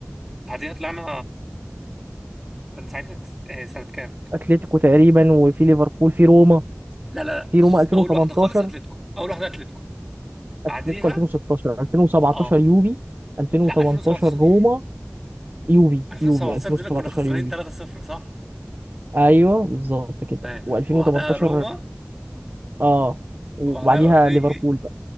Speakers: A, in the centre; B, on the right.
A: بعديها طلعنا كان ساعتها كس... آه، سنه كام
B: اتلتيكو تقريبا وفي ليفربول في روما
A: لا لا لا
B: في
A: بص
B: روما 2018
A: اول واحده خالص اتلتيكو اول واحده اتلتيكو بعديها
B: اتلتيكو 2016 2017
A: اه
B: يوفي 2018
A: لا 2017
B: روما يوفي
A: 2017
B: يوفي 2017
A: دي اللي كنا خسرانين
B: يوفي
A: 3-0 صح؟
B: ايوه بالظبط كده
A: تمام
B: و2018
A: وبعدها روما
B: اه وبعديها
A: وبعدها اوريجي
B: ليفربول بقى